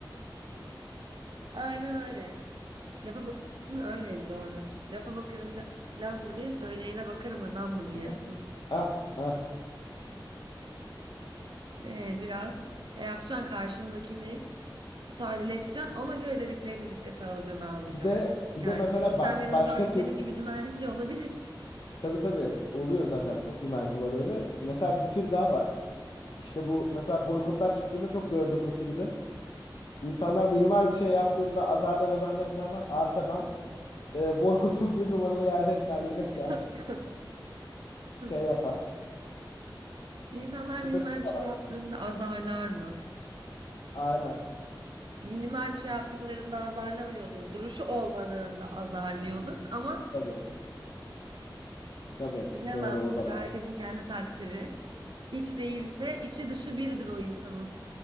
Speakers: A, on the right (about 65°); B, on the left (about 60°).
A: Aynen öyle. Lafa bak değil mi? Öyleydi doğru. Lafa bakarım la- laf mı diye söyleyene bakarım adam mı diye.
B: Adam mı?
A: Hı.
B: Ah ah.
A: Ee, biraz şey yapacaksın karşındakini bir tahlil edeceksin. Ona göre dediklerini dikkate alacaksın almayacaksın.
B: Bir de bir
A: Yani
B: de mesela
A: sosyal
B: ba-
A: medyada
B: başka
A: gördüklerin
B: tür
A: gibi dümenci olabilir.
B: tabii tabii oluyor zaten çok dümenci var öyle. Mesela bir tür daha var. İşte bu mesela boykotlar çıktığında çok gördüm bu türü de. İnsanlar minimal bir şey yaptığında azarlar azarlar azarlar arkadan e, boykotun bir numaralı yerlerinden yemek yer,
A: <laughs>
B: şey
A: Hı.
B: yapar.
A: İnsanlar
B: Böylesi
A: minimal
B: de
A: bir şey
B: var.
A: yaptığında azarlar mı?
B: Aynen.
A: Minimal bir şey yaptıklarında azarlamıyordur. Duruşu olmadığında azarlıyordur ama
B: Tabii. Tabii.
A: bilemem
B: Doğru o
A: tabii
B: da var.
A: herkesin kendi takdiri. Hiç değilse içi dışı birdir o insanın.